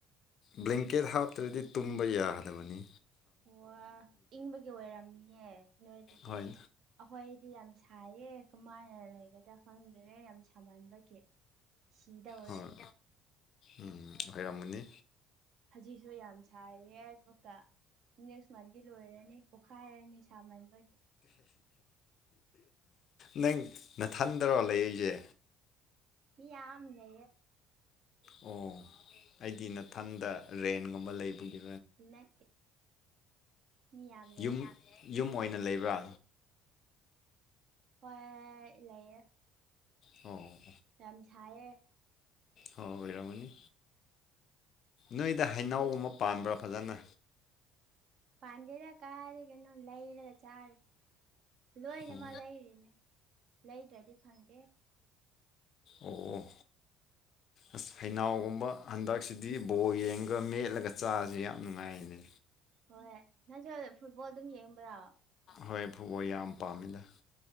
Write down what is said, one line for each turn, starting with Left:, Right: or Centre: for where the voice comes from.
Left: ꯕ꯭ꯂꯦꯡꯀꯦꯠ ꯍꯥꯞꯇ꯭ꯔꯗꯤ ꯇꯨꯝꯕ ꯌꯥꯒꯗꯕꯅꯤ
Right: ꯑꯣ ꯏꯪꯕꯒꯤ ꯑꯣꯏꯔꯝꯅꯤꯌꯦ ꯅꯣꯏꯗꯗꯤ
Left: ꯍꯣꯏ
Right: ꯍꯣꯏꯗꯤ ꯌꯥꯝ ꯁꯥꯏꯌꯦ ꯀꯃꯥꯏꯅ ꯂꯩꯒꯗ꯭ꯔꯥ ꯈꯪꯗ꯭ꯔꯦ ꯌꯥꯝ ꯁꯥꯝꯍꯟꯕꯒꯤ ꯁꯤꯗ ꯍꯣꯔꯦ
Left: ꯍꯣꯏ ꯎꯝ ꯍꯈꯣꯏꯔꯥꯒꯅꯤ
Right: ꯍꯧꯖꯤꯛꯁꯨ ꯌꯥꯝ ꯁꯥꯏꯌꯦ ꯑꯗꯨꯒꯀ ꯅꯦꯛꯁ ꯃꯟꯗꯤ ꯂꯣꯏꯔꯅꯤ ꯄꯣꯛꯈꯥꯏꯔꯅꯤ ꯁꯥꯃꯟꯕꯒꯤ
Left: ꯅꯪ ꯅꯊꯟꯗꯔꯣ ꯂꯩ ꯑꯩꯁꯦ
Right: ꯃꯤ ꯌꯥꯝꯝ ꯅ
Left: ꯑꯣ ꯑꯩꯗꯤ ꯃꯊꯪꯗ ꯔꯦꯟꯒꯨꯝꯕ ꯂꯩꯕꯒꯤ
Right: ꯅꯦ ꯃꯤꯌꯥꯝꯌꯥꯝꯂꯦ
Left: ꯌꯨꯝ ꯌꯨꯝ ꯑꯣꯏꯅ ꯂꯩꯕ꯭ꯔꯥ
Right: ꯍꯣꯏ ꯂꯩ
Left: ꯑꯣ
Right: ꯌꯥꯝꯝꯁꯑꯌꯦ
Left: ꯍ ꯑꯣꯏꯣꯏꯔꯃꯅꯤ ꯅꯣꯏꯗ ꯍꯩꯅꯎꯒꯨꯝꯕ ꯄꯥꯟꯕ꯭ꯔꯥ ꯐꯖꯅ
Right: ꯄꯥꯟꯗꯦꯗ ꯀꯥꯔꯦ ꯀꯣ ꯂꯩꯔꯒ ꯆꯥ ꯂꯣꯏꯅ
Left: ꯑꯣ
Right: ꯃꯥ ꯂꯩꯔꯤꯅꯦ ꯂꯩꯗ꯭ꯔꯗꯤ ꯈꯪꯗꯦ
Left: ꯑꯣ
Right: ꯎꯝ
Left: ꯑꯁ ꯐꯩꯅꯥꯎꯒꯨꯝꯕ ꯍꯟꯗꯛꯁꯤꯗꯤ ꯕꯣꯔ ꯌꯦꯡꯉꯒ ꯃꯦꯠꯂꯒ ꯆꯥꯁꯤ ꯌꯥꯝ ꯅꯨꯡꯉꯥꯏꯅꯦ
Right: ꯍꯣꯏ ꯅꯪ ꯐꯨꯠꯕꯣꯜ ꯑꯗꯨꯝ ꯌꯦꯡꯕ꯭ꯔꯥ
Left: ꯍꯣꯏ ꯐꯨꯕꯣ ꯌꯥꯝ ꯄꯥꯝꯃꯤꯗ